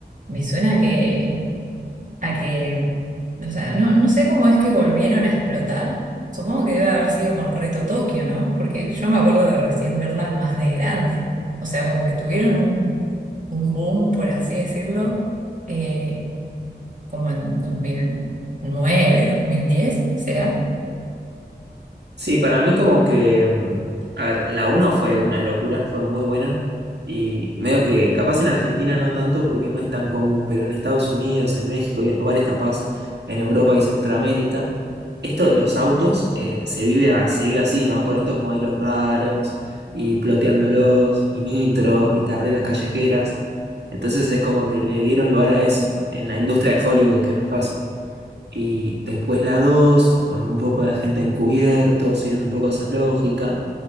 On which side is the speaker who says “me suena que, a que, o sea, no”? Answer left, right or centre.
Right